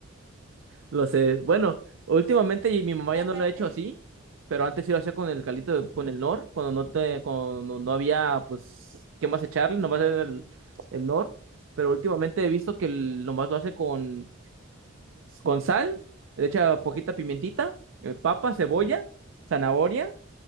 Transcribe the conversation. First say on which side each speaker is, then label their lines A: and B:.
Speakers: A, on the right (about 60°); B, on the right (about 45°).
A: Lo sé. Bueno, últimamente y mi mamá
B: <laughs>
A: ya no lo ha hecho así, pero antes sí lo hacía con el caldito, de- con el nor, cuando no te, cuando no había, pues, ¿qué más echarle? Nomás era el, el nor. Pero últimamente he visto que el- nomás lo hace con, con sal, le echa
B: Ujú,
A: poquita pimentita, eh, papa, cebolla,
B: ujú,
A: zanahoria,